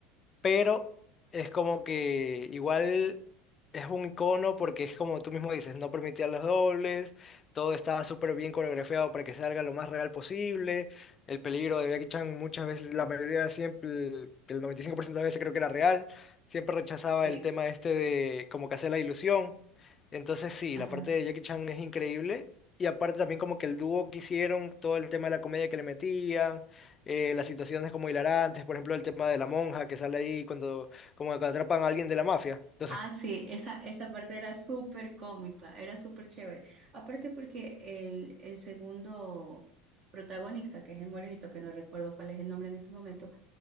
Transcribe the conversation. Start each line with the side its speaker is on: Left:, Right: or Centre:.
Left: pero es como que igual es un icono porque es como tú mismo dices, no permitía los dobles, todo estaba súper bien coreografiado para que salga lo más real posible, el peligro de Jackie Chan muchas veces, la mayoría siempre, el el 95% de las veces creo que era real, siempre rechazaba
Right: sí.
Left: el tema este de como que hacer la ilusión, entonces sí,
Right: Ajá.
Left: la parte de Jackie Chan es increíble. Y aparte también como que el dúo que hicieron, todo el tema de la comedia que le metían, eh, las situaciones como hilarantes, por ejemplo, el tema de la monja que sale ahí cuando, como que atrapan a alguien de la mafia. Entonces,
Right: Ah, sí, esa, esa parte era súper cómica, era súper chévere. Aparte porque el, el segundo protagonista, que es el morenito, que no recuerdo cuál es el nombre en este momento,